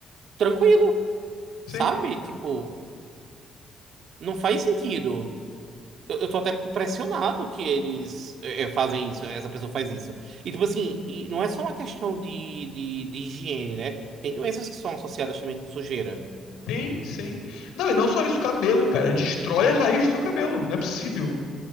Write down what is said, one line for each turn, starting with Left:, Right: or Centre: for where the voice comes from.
Right: tranquilo, sabe?
Left: Sim,
Right: Tipo, não faz sentido. Eu, eu tô até impressionado que eles é, é, fazem isso, essa pessoa faz isso. E, tipo assim, e não é só uma questão de, de, de higiene, né? Tem doenças que são associadas também com sujeira.
Left: sim, sim. Não, e não só isso, cabelo, cara. Destrói a raiz do seu cabelo. Não é possível.